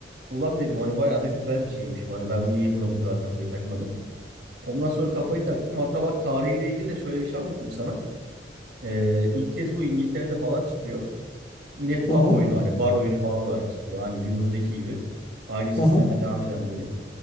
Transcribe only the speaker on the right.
Ulan dedim hani bayağı da güzel bir şeymiş. bu. Hani ben niye buna bu kadar kafayı takmadım? Ondan sonra kafayı taktım. Hatta bak tarihiyle ilgili de şöyle bir şey anlatayım sana. Ee, ilk kez bu İngiltere'de falan çıkıyor. Yine pub
oyunu hani bar oyunu falan olarak çıkıyor. Hani günümüzdeki gibi aynı sistemle
devam eden bir oyun.